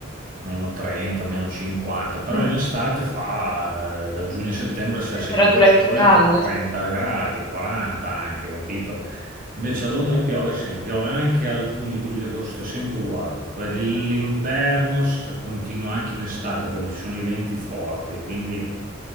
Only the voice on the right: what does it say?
Meno 30, meno 50, però
in estate fa eh, da giugno a settembre c'è
sempre il sole,
eh, 30 gradi, 40 anche, capito? Invece a Londra piove sempre, piove anche a giugno, luglio, agosto, è sempre uguale. Poi l- L'inverno s- continua anche in estate perché ci sono i venti forti, quindi